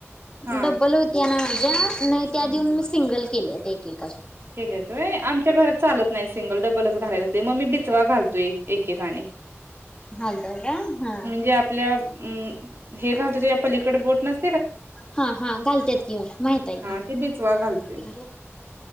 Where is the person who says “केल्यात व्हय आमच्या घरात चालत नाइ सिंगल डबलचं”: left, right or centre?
Right